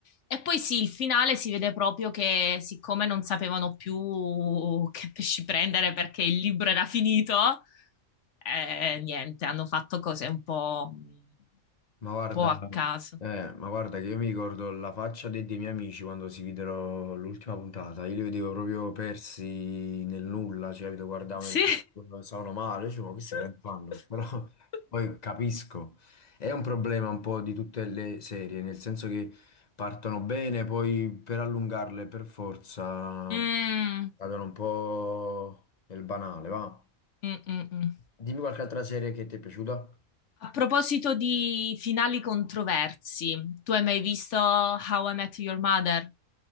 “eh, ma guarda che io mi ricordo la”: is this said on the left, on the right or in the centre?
Left